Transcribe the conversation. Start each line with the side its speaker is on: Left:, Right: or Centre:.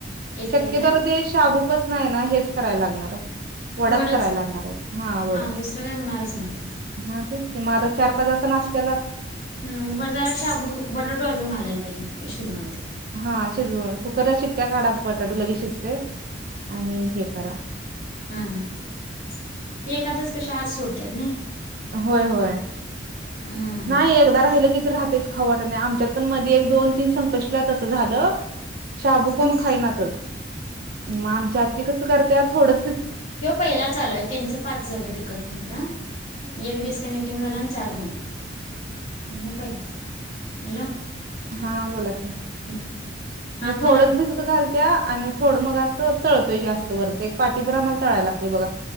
Left: येतय
Right: शक्यतो
Left: काय
Right: ते शाबूपच नाही आहे ना हेच करायला लागणार आहे वडाच
Left: वडच
Right: करायला लागणार आहे हा वड
Left: दुसरं काय होणारच नाही त्याच
Right: हा तेच ते मग आता चार पाच वाजता नाच केला
Left: हम बाजारा शाबू बटाटू अजून घालायला पाहिजे शिजव
Right: हा शिजवून कुकरला शिट्ट्या काढा बटाटू लगे शिजते आणि हे करा
Left: हम ते एखाद्याच कश आज सोडतत ना
Right: होय हो
Left: हम्म
Right: नाही एकदा राहिलं की राहतेच खवट नाही आमच्यात पण मध्ये एक दोन तीन सं तस झालं शबू
Left: हम्म
Right: कोण खानाच मग आमच्या आ कस कर त्या थोडं
Left: ह पहिला चालोय त्यांचं पाच झालं तिकडन इकडं एक डिस्कनेक्टिंग झाला आणि चार बुोलला पहिला हॅलो
Right: हा बोला
Left: हम्म हा बोला
Right: थोडच
Left: की
Right: भिस घालच त्या आणि थोडं मग असं तळतोय जास्त वर ते एक पाठीीभर आम्हाला तळायला लागते बघा